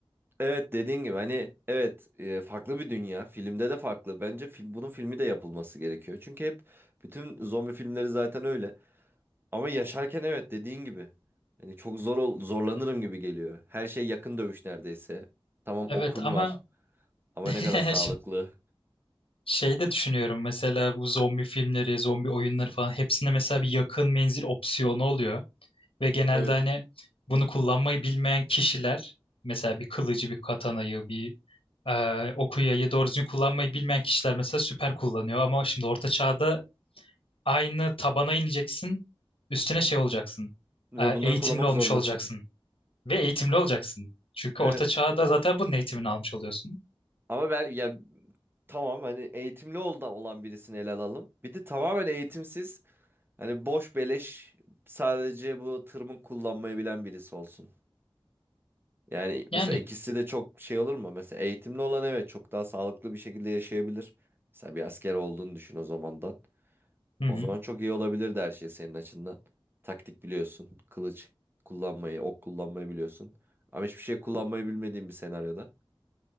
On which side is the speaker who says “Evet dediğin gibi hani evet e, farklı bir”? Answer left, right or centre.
Right